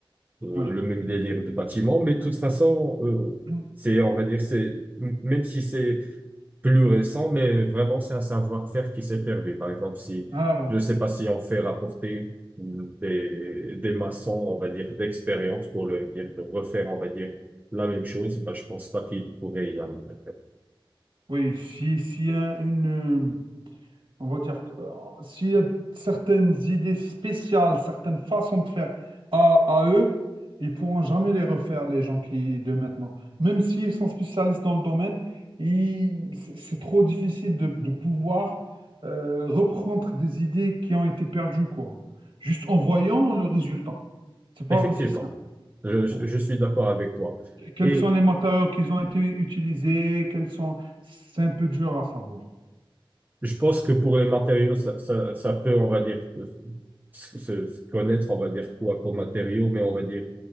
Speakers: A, on the right; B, on the right.
A: euh,
B: Oui.
A: le même délire de bâtiment, mais de toute façon, euh,
B: Mm.
A: c'est, on va dire, c'est, m- même si c'est plus récent, mais vraiment, c'est un savoir-faire qui s'est perdu. Par exemple, si,
B: Ah, ouais.
A: je sais pas si on fait rapporter des, des maçons, on va dire, d'expérience pour le dire, de refaire, on va dire, la même chose,
B: Mm.
A: bah, je pense pas qu'il pourrait y arriver.
B: Oui, si, si un- une, euh, on va dire, euh, s'il y a certaines idées spéciales, certaines façons de faire à, à eux, ils pourront jamais les refaire, les gens qui, de maintenant. Même s'ils sont spécialistes dans le domaine, ils- c'est c'est trop difficile de, de pouvoir euh, reprendre des idées qui ont été perdues, quoi. Juste en voyant le résultat. C'est pas
A: Effectivement,
B: aussi simple.
A: je, je-
B: Voilà.
A: je suis d'accord avec toi.
B: Quels
A: Et
B: sont les matériaux qui ont été utilisés, quels sont... C'est un peu dur à savoir.
A: je pense que pour les matériaux, ça, ça, ça peut, on va dire, se, se- se connaître, on va dire quoi comme matériaux, mais on va dire,